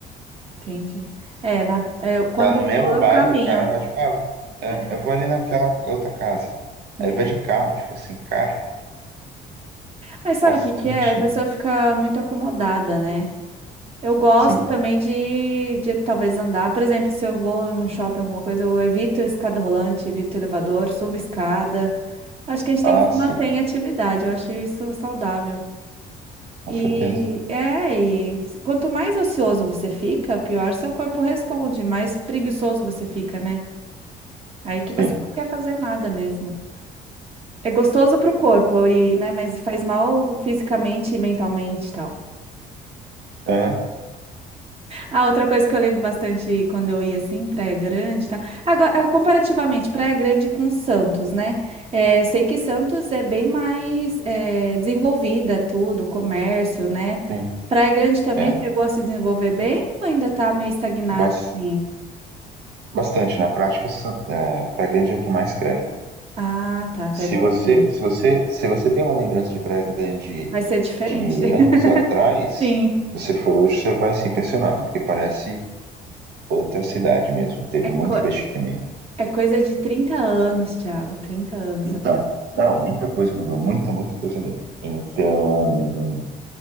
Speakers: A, on the right; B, on the right.
A: entendi. É, na, é, quando
B: Tá no
A: eu
B: mesmo
A: vou, eu
B: bairro,
A: caminho.
B: o cara vai, tipo, ah, é,
A: É,
B: eu vou ali naquela outra casa.
A: Entendi.
B: Aí ele vai de carro, tipo assim, cara,
A: Mas sabe
B: qual o
A: o que que
B: sentido?
A: é? A pessoa fica muito acomodada, né? Eu gosto
B: Sim.
A: também de, de talvez andar. Por exemplo, se eu vou num shopping, alguma coisa, eu evito escada rolante, evito elevador, subo escada. Acho que a gente
B: Ah,
A: tem que se
B: sim,
A: manter em atividade. Eu acho isso saudável.
B: com
A: E
B: certeza.
A: é, e quanto mais ocioso você fica, pior seu corpo responde, mais preguiçoso você fica, né? Aí que
B: Sim.
A: você não quer fazer nada mesmo. É gostoso pro corpo, e, né, mas faz mal fisicamente e mentalmente e tal.
B: Aham,
A: Ah, outra coisa que eu lembro bastante quando eu ia assim, Praia Grande e tal. Agora, ah, comparativamente, Praia Grande com Santos, né? É, eu sei que Santos é bem mais é, desenvolvida, tudo, comércio, né?
B: sim.
A: Praia Grande também
B: É.
A: chegou a se desenvolver bem ou ainda tá meio estagnado?
B: Bas-
A: assim.
B: bastante. Na prática, são- é, Praia Grande é a que mais cresce.
A: Ah, tá,
B: Se
A: tá evoluindo.
B: você, se você, se você tem uma lembrança de Praia Grande
A: Vai ser diferente.
B: de
A: <laughs>
B: anos atrás,
A: Sim.
B: você for hoje, você vai se impressionar, porque parece outra cidade mesmo. Teve
A: É,
B: muito
A: co-
B: investimento.
A: é coisa de trinta anos, Thiago, 30 anos
B: Então,
A: atrás.
B: não, muita coisa mudou, muita, muita coisa mesmo. Então,